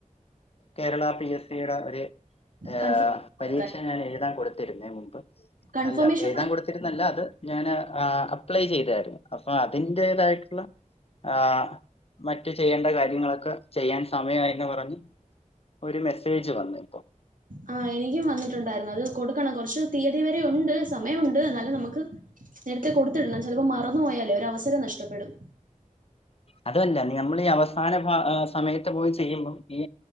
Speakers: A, on the left; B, on the right.
A: കേരള പി എസ് സിയുടെ ഒരു അ
B: കൺഫോം
A: പരീക്ഷ
B: കൊടുക്കാൻ
A: ഞാൻ എഴുതാൻ കൊടുത്തിരുന്നു എ മുൻപ്
B: കൺഫർമേഷൻ
A: അല്ല എഴുതാൻ
B: കൊടു
A: കൊടുത്തിരുന്നല്ല അത് ഞാന് അ അപ്ലൈ ചെയ്തായിരുന്നു അപ്പൊ അതിന്റേതായിട്ടുള്ള ആ മറ്റു ചെയ്യേണ്ട കാര്യങ്ങളൊക്കെ ചെയ്യാൻ സമയമായിന്ന് പറഞ്ഞ് ഒരു മെസ്സേജ് വന്നു ഇപ്പോ
B: ആ എനിക്കും വന്നിട്ടുണ്ടായിരുന്നു അത് കൊടുക്കണം കൊറച്ച് തീയതി വരെ ഉണ്ട് സമയമുണ്ട് എന്നാലും നമുക്ക് നേരത്തെ കൊടുത്തിടണം ചിലപ്പോ മറന്നു പോയാലേ ഒരു അവസരം നഷ്ടപ്പെടും
A: അതു അല്ല നമ്മൾ ഈ അവസാന ഫ അ സമയത്ത് പോയി ചെയ്യുമ്പോൾ ഈ